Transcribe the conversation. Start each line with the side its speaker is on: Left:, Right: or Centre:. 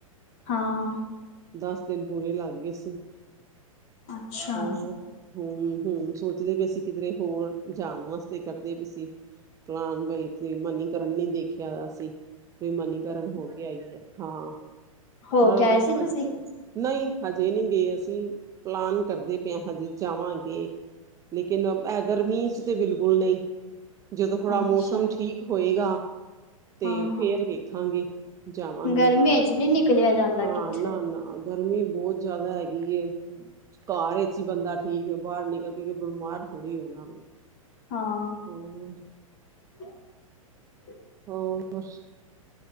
Left: ਹਾਂ।
Right: ਦਸ ਦਿਨ ਪੂਰੇ ਲਗ ਗੇ ਸੀ
Left: ਅੱਛਾ
Right: ਹੋ ਹੂੰ-ਹੂੰ ਸੋਚਦੇ ਪੇ ਸੀ ਕਿਧਰੇ ਹੋਰ ਜਾਣ ਵਾਸਤੇ ਕਰਦੇ ਪੇ ਸੀ। ਪਲਾਨ ਬਈ। ਤੇ ਮਨੀਕਰਨ ਨੀ ਦੇਖਿਆ ਅਸੀ, ਫਿਰ ਮਨੀਕਰਨ ਹੋ ਕੇ ਆਈ ਆ, ਹਾਂ।
Left: ਹੋ
Right: <unintelligible>
Left: ਕੇ ਆਏ ਸੀ ਤੁਸੀਂ
Right: ਨਈ ਹਜੇ ਨੀ ਗਏ ਅਸੀਂ ਪਲਾਨ ਕਰਦੇ ਪਏ ਹਜੇ ਜਾਵਾਂਗੇ। ਲੇਕਿਨ ਐ ਗਰਮੀਆ ਚ ਤਾਂ ਬਿਲਕੁੱਲ ਨਈ। ਜਦੋਂ ਥੋੜ੍ਹਾ
Left: ਅੱਛਾ
Right: ਮੌਸਮ ਠੀਕ ਹੋਏਗਾ। ਤੇ
Left: ਹਾਂ ਹਾਂ
Right: ਫੇਰ ਵੇਖਾਂਗੇ ਜਾਵਾਂਗੇ,
Left: ਗਰਮੀ ਚ ਨਹੀਂ ਨਿਕਲਿਆ ਜਾਂਦਾ
Right: ਹਾਂ
Left: ਕਿੱਥੇ
Right: ਨਾ-ਨਾ ਹਾਂ ਗਰਮੀ ਬੋ ਜਾਦਾ ਹੈਗੀ ਏ। ਕਾਰ ਵਿਚ ਈ ਬੰਦਾ ਠੀਕ ਏ ਬਾਰ ਨਿਕਲ ਕੇ ਬਿਮਾਰ ਥੋੜ੍ਹੀ ਹੋਣਾ।
Left: ਹਾਂ।
Right: ਹੋਰ
Left: <inaudible>
Right: ਹੋਰ?